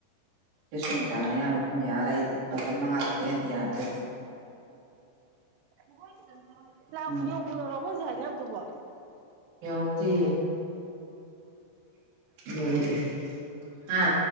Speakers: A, on the right; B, on the right.
A: ꯆꯦ ꯁꯨꯅꯤꯇꯥꯅ ꯑꯌꯥꯝꯕ ꯑꯗꯨꯝ ꯌꯥꯔꯦ ꯑꯩꯗꯤ ꯕꯣꯇꯟ ꯃꯉꯥ ꯇꯔꯨꯛꯇꯒꯤ ꯍꯦꯟꯅ ꯌꯥꯗꯦ
B: ꯎꯝ
A: ꯑꯗꯨꯝ
B: ꯂꯥꯕꯨ ꯌꯧꯕꯨ ꯌꯧꯔꯛꯑꯕꯣ ꯍꯧꯖꯤꯛ ꯍꯥꯏꯅꯕꯗꯨꯕꯣ
A: ꯌꯥꯎꯔꯛꯇ꯭ꯔꯤꯌꯦ ꯌꯧꯕꯗꯤ ꯍꯥ